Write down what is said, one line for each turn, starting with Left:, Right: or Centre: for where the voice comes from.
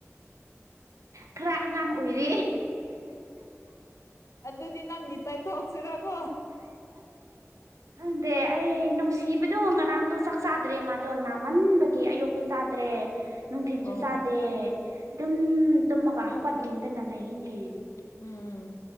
Right: ꯈꯔ ꯑꯉꯥꯡ ꯑꯣꯏꯔꯤ
Left: ꯑꯗꯨꯗꯤ ꯅꯪꯒꯤ ꯇꯩꯊꯣꯛꯁꯤꯔꯀꯣ
Right: ꯈꯪꯗꯦ ꯑꯩ ꯅꯨꯡꯁꯤꯕꯗꯣ ꯉꯔꯥꯡꯗꯣ ꯆꯥꯛ ꯆꯥꯗ꯭ꯔꯦ ꯃꯥꯗꯣ ꯅꯥꯃꯟꯕꯩ ꯒꯤ ꯑꯌꯨꯣꯛꯁꯨ ꯆꯥꯗ꯭ꯔꯦ ꯅꯨꯡꯊꯤꯟꯁꯨ
Left: ꯑꯣ
Right: ꯆꯥꯗꯦ ꯑꯗꯨꯝ ꯇꯨꯝꯃꯒ ꯍꯧ ꯒꯠ ꯅꯤꯡꯗꯅ ꯂꯩꯌꯦꯅꯦ
Left: ꯎꯝ